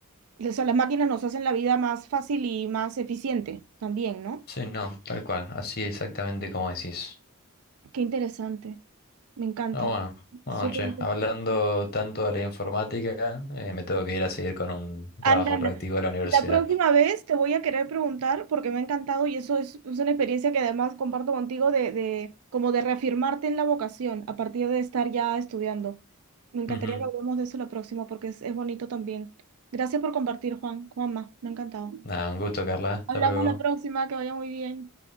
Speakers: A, on the right (about 80°); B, on the left (about 45°).
A: o sea, las máquinas nos hacen la vida más fácil y más eficiente también, ¿no?
B: sí, no, tal cual, así exactamente como decís.
A: Qué interesante, me encanta.
B: Ah, bueno, bueno,
A: Súper
B: che,
A: interesante.
B: hablando tanto de la informática, eh, me tengo que ir a seguir con un
A: Anda,
B: trabajo
A: anda.
B: práctico de la universidad.
A: La próxima vez te voy a querer preguntar, porque me ha encantado y eso es, es una experiencia que además comparto contigo de, de como de reafirmarte en la vocación a partir de estar ya estudiando. Me encantaría
B: Ujú.
A: que hablemos de eso la próxima porque es, es bonito también. Gracias por compartir, Juan, Juanma, me ha encantado.
B: Nada, un gusto, Carla, hasta
A: Hablamos
B: luego.
A: la próxima, que vaya muy bien.